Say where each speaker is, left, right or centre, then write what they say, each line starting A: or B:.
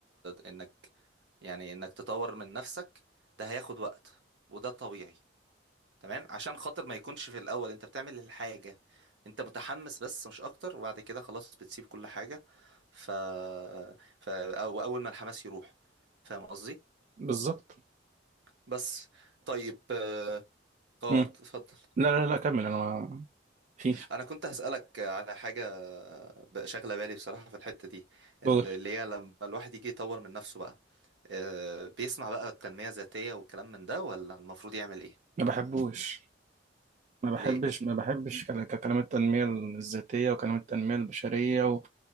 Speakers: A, on the right (about 70°); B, on the right (about 40°).
A: انك يعني انك تطور من نفسك ده هياخد وقت وده طبيعي تمام عشان خاطر ما يكونش في الاول انت بتعمل الحاجة انت متحمس بس مش اكتر وبعد كده خلاص بتسيب كل حاجة ف, ف... او اول ما الحماس يروح فاهم قصدي
B: بالظبط
A: بس طيب اه آه،
B: امم
A: اتفضل
B: لا لا لا كمل أنا ما فيش
A: انا كنت هسألك على حاجة بقى شاغلة بالي بصراحة في الحتة دي
B: قول
A: اللي هي لما الواحد يجي يطور من نفسه بقى آه، بيسمع بقى التنمية الذاتية والكلام من ده ولا المفروض يعمل ايه
B: ما بحبوش ما بحبش
A: ليه
B: ما بحبش كلا- ككلام التنمية الذاتية وكلام التنمية البشرية و...